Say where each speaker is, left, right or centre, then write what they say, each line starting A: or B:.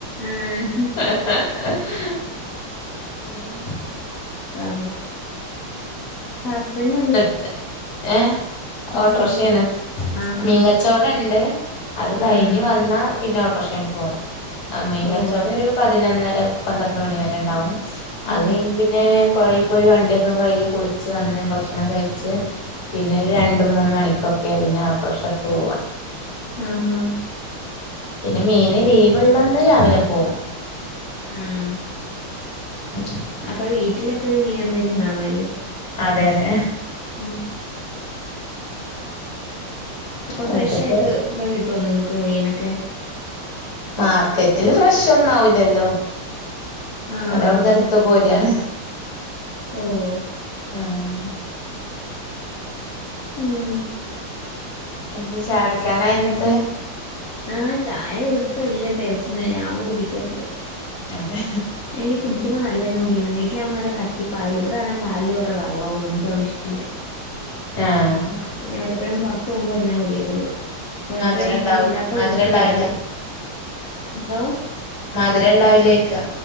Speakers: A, on the left; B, on the left.
A: ആഹ്
B: <unintelligible> ഇങ്ങനെ
A: <unintelligible> ഹസ്ബന്റെ
B: എട്ത്തെ ഏഹ്
A: ഹസ്ബൻഡ്
B: ഓട്ടോർഷേണ്
A: ആഹ് ആഹ്
B: മീൻകച്ചോ കച്ചോടം ഇണ്ട് അത് കഴിഞ്ഞ്
A: ഉം
B: വന്നാ പിന്നെ ഓട്ടർഷ ആയിട്ട് പോകും മീൻ കച്ചോടം
A: ഓഹ്
B: ഒരു പതിനൊന്നര പന്ത്രണ്ട് മണി വരെ ഇണ്ടാവും അത്
A: ഉം
B: കഴിഞ്ഞ്
A: ഉം
B: പിന്നെ പിന്നെ പുഴയി പോയി വണ്ടിയൊക്കെ കഴുകി കുളിച്ച് വന്ന് ഭക്ഷ ഭക്ഷണം കഴിച്ച് പിന്നെ ഒരു രണ്ട് മൂന്ന് മണിക്കൊക്കെ പിന്നെ ഓട്ടോർക്ഷ ഇടുത്ത് പോവ
A: ഉം ഉം
B: പിന്നെ മീന് ലീവ് ഇള്ളന്ന് രാവിലെ പോവും
A: ഉം
B: <unintelligible>
A: അപ്പൊ വീട്ടിലെപ്പോഴും മീനെന്തേലും കാണും അല്ലേ
B: അതെ അതെ
A: ഉം അപ്പൊ
B: വീട്ട്ക്ക്
A: ഫ്രഷ് ആയിട്ട് ഒക്കെ കിട്ടുവോ നിങ്ങക്ക് മീനൊക്കെ
B: മാർക്കറ്റിൽ ഫ്രഷ് ഒന്നാവുല്ലല്ലോ
A: ആഹ്
B: ഓല് അവിടെന്ന് ഇടുത്ത് പോരാണ്
A: ഓഹ്
B: ആഹ്
A: ഉം
B: ഇന്ന് ചായുടിക്കാനായോ ഇന്നട്ട്
A: ആഹ് ചായ ഇവട്ത്തെ വല്ല്യ ടേസ്റ്റ് ഒന്നുല്ല ഞാൻ അതോണ്ട് കുടിക്കാറില്ല
B: അതെ
A: എനിക്ക് കുടിക്കുമ്പം നല്ലതന്നെ കുടിക്കണം വീട്ടിലാവുമ്പം നല്ല കട്ടി പാല് ഇവിടാണേ പാൽല് കുറെ വെള്ളവും എനിക്കതോണ്ട് ഇഷ്ടില്ല.
B: ആഹ്
A: പിന്നെ വലപ്പഴും പുറത്ത് പോകുമ്പോ വല്ലോം ഞാൻ കുടിക്കത്തൊള്ളൂ വെറുതെ
B: മധുരം
A: എനിക്ക്
B: ഉണ്ടാവൂ
A: ഇല്ലാത്ത
B: മധുരം
A: കുടിച്ച്
B: ഉണ്ടാവില്ലേ
A: വയറ് എന്തോ
B: മധുര ഉണ്ടാവില്ലേ ചോയ്ക്ക